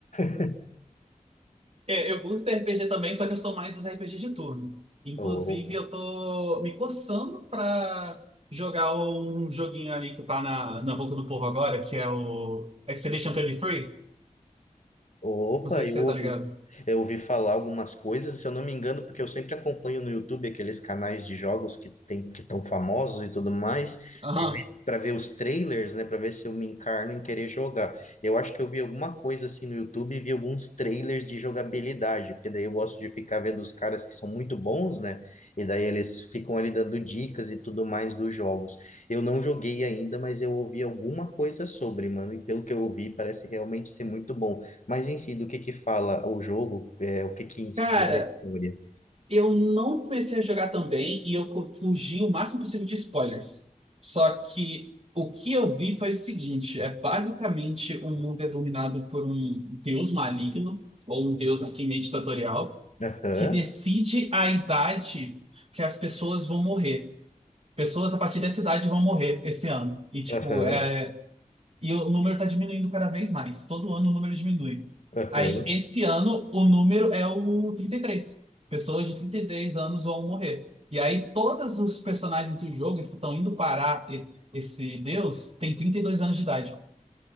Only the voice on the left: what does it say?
<laughs>
O,
Opa,
eu
ouvi,
eu ouvi falar algumas coisas, se eu não me engano, porque eu sempre acompanho no YouTube aqueles canais de jogos que tem, que estão famosos e tudo mais,
para ver, para ver os trailers, né, para ver se eu me encarno em querer jogar. Eu acho que eu vi alguma coisa assim no YouTube e vi alguns trailers de jogabilidade, porque daí eu gosto de ficar vendo os caras que são muito bons, né, e daí eles ficam ali dando dicas e tudo mais dos jogos. Eu não joguei ainda, mas eu ouvi alguma coisa sobre, mano, e pelo que eu ouvi, parece realmente ser muito bom. Mas em si, do que que fala o jogo? É, o que que em si
é a história?
Aham,
aham,
aham.